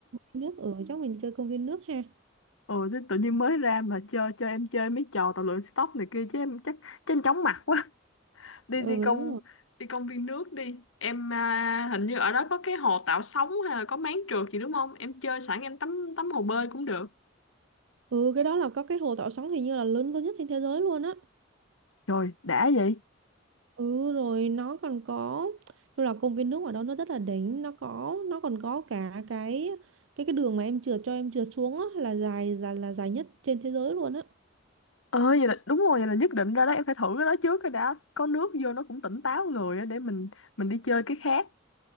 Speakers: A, on the right; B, on the left.
A: đi nước ở chắc mình đi chơi công viên nước ha
B: ừ chứ tự nhiên mới ra mà chơi chơi em chơi mấy trò tàu lượn stop này kia chứ em chắc chứ em chóng mặt quá <laughs> đi
A: ừ
B: đi công
A: đúng rồi
B: đi công viên nước đi em à, hình như ở đó có cái hồ tạo sóng hay là có máng trượt gì đúng không em chơi sẵn em tắm tắm hồ bơi cũng được
A: ừ cái đó là có cái hồ Thảo Sóng hình như là lớn lớn nhất trên thế giới luôn á
B: trời đã vậy
A: ừ rồi nó còn có tức là công viên nước ở đó nó rất là đỉnh nó có nó còn có cả cái cái cái đường mà em trượt cho em trượt xuống á là dài dài là dài nhất trên thế giới luôn á
B: ờ vậy là đúng rồi vậy là nhất định ra đó em phải thử cái đó trước cái đã có nước vô nó cũng tỉnh táo người á, để mình mình đi chơi cái khác